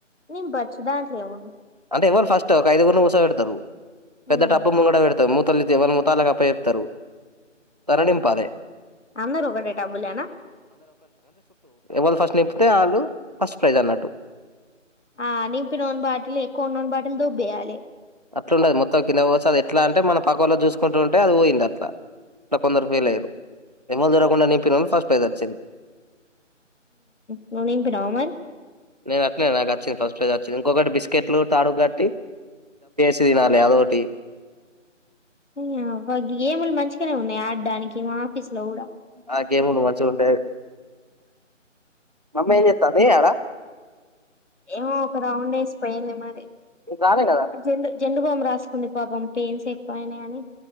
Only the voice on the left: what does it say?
నింపచ్చు దాంట్లో ఏముం <unintelligible>
ఉమ్
అందరూ ఒకటే టబ్బులేనా
ఆ నింపినోని బాటిలు ఎక్కువున్నోని బాటిలు దొబ్బేయాలి
ఉమ్
నువ్వ్ నింపినవ మరి
నీ యవ్వ గేమ్ లు మంచిగానే ఉన్నాయి ఆడడానికి మా ఆఫీస్ లో కూడా
ఏమో ఒక రౌండ్ వేసిపోయింది మరి
జెండు జెండు బామ్ రాసుకుంది పాపం పెయిన్స్ ఎక్కువయినాయని